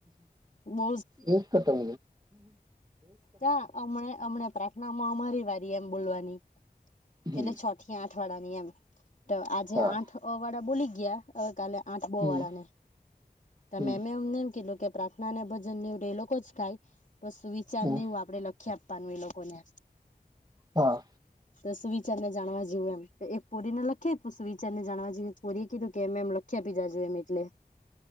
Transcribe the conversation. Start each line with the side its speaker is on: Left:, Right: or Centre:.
Left: બહુ
Right: એ કરતા
Left: ત અમણે અમને પ્રા ના મહમારી વાળી એમ બોલવાની
Right: હમ
Left: એટલે છ થી આઠ વાળા ની એમ તો આજે
Right: હા
Left: આઠ વાળા બોલી ગયા કાલે આઠ બો
Right: હમ
Left: વાળા ને
Right: હમ
Left: મે એમને એમ કીધું કે પ્રાર્થના ને ભજન ને લોકો જ ખાય બ વિચાર
Right: હમ
Left: નેવ આપડે લખ ખ્યા આપવાનું એ લોકોને
Right: હા
Left: તો સુવિચાર ને જાણવા જેવું એમ એક પુરીને લખે સુવિચાર ને જાણવા જે પુરી કીું કેમ એમખ ખ્યા પીધા જોઈ એમ એટલે